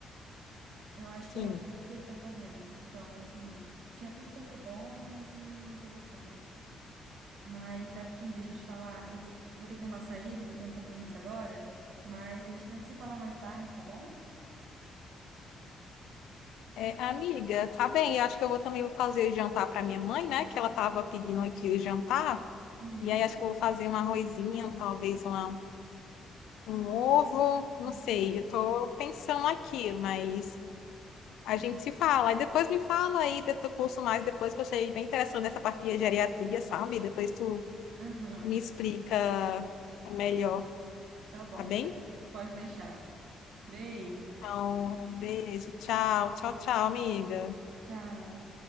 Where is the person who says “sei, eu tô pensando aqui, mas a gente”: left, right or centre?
Left